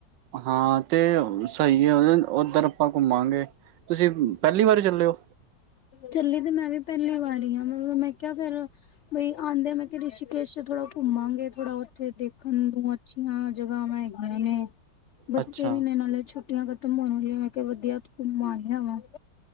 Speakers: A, on the right; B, on the left.
A: ਹਾਂ, ਤੇ ਅ ਸਈ ਆ ਉੱਧਰ ਅਪਾਂ ਘੁੰਮਾਂਗੇ ਤੁਸੀਂ ਪੈਲੀ ਵਾਰ ਚਲੇਓ
B: ਚੱਲੀ ਤੇ ਮੈਂ ਵੀ ਪੈਲੀ ਵਾਰ ਈ ਆ, ਮ ਮੈਂ ਕੇਆ ਫੇਰ ਫੇ ਆਦੇ, ਮੈਂ ਕਿਆ ਰਿਸ਼ੀਕੇਸ਼ ਥੋੜਾ ਘੁੰਮਾਂਗੇ ਥੋੜਾ ਉੱਥੇ ਦੇਖਣ ਨੂੰ ਆ ਸ਼ਿਣਾ ਜਗਾਵਾ ਹੈਗੀਆ ਨੇ ਬੱਚੇ
A: ਅੱਛਾ
B: ਵੀ ਨੇ ਨਾਲੇ, ਛੁੱਟੀਆਂ ਖ਼ਤਮ ਹੋਣ ਵਾਲੀਆ, ਮੈਂ ਕਿਆ ਵਧੀਆ ਘੁੰਮਾ ਲੇਆ ਵਾਂ